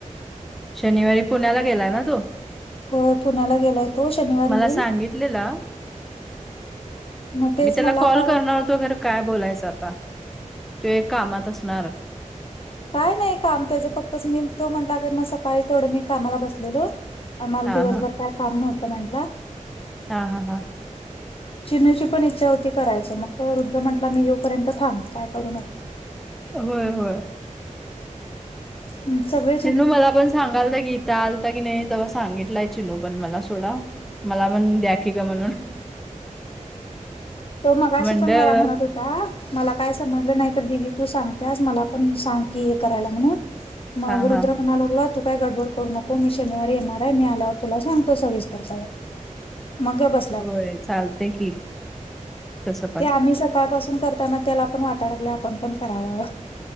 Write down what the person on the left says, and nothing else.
होय पुण्याला गेलाय तो शनिवारी
येईल
मग तेच
मला
काय
काय नाही काम त्याचं फक्तच मी तो म्हटला काी मग सकाळी तेवढं मी कामाला बसलेलो आम्हाला
दिवसभर
काय काम नव्हतं म्हटलं
चिन्हची पण इच्छा होती करायचं मग रुद्र म्हटला मी येऊपर्यंत थांब काय करू नको
ह सगळे.
तो मगाशी
पण मला म्हणत होत. मला काय समजलं नाही तर दिदी तू सांगतेस मला पण सांग की हे करायला म्हणून. मग
रुद्र
म्हणायला लागला तू. काय गडबड करू नको मी शनिवारी येणार आहे मी आल्यावर तुला सांगतो सविस्तर सवर मग बस
ते आम्ही सकाळपासून करताना त्याला पण वाटायला लागले आपण पण करावं